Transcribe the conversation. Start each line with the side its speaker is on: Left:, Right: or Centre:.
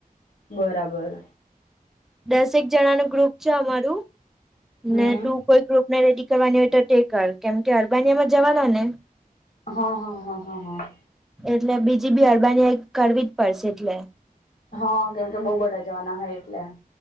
Left: બરાબર
Centre: દસેક જણા ન ગ્રુપ છે અમારું
Left: હમ
Centre: ને તું. કોઈ ગ્રુપ ને રેડી કરવાની હોય તો તે કર કેમ કે અરબાનિયા માં જવાના ને
Left: હા હા હા હા હા
Centre: એટલે બીજી બી અરબાની કરવી જ પડશે એટલે
Left: હા કેમ કે બહુ બડાા જવાના હો એટલે